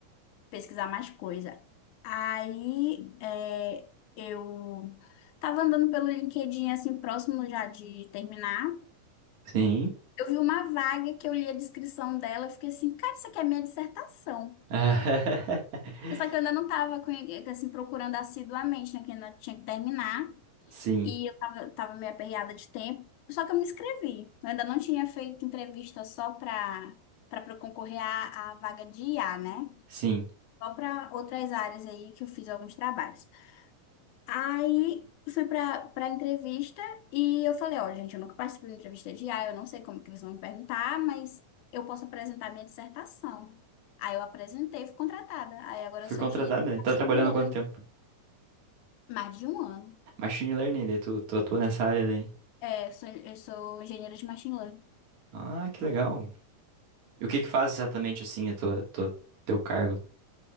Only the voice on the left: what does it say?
pesquisar mais coisa. Aí, é, eu estava andando pelo LinkedIn, assim, próximo já de terminar.
Eu vi uma vaga que eu li a descrição dela, eu fiquei assim, cara, isso aqui é minha dissertação.
Só que eu ainda não estava assim, procurando assiduamente, né? Que ainda tinha que terminar.
E eu tava, tava meio aperreada de tempo. Só que eu me inscrevi. Eu ainda não tinha feito entrevista só para para concorrer à, à vaga de IA, né?
Só para outras áreas aí que eu fiz alguns trabalhos. Aí fui para para entrevista e eu falei, ó, gente, eu nunca participei de entrevista de IA, eu não sei como que vocês vão me perguntar, mas eu posso apresentar minha dissertação. Aí eu apresentei, e fui contratada. Aí agora
eu sou
engenheira
de machine
learning,
mais de um ano.
É, eu sou, eu sou engenheira de machine learning.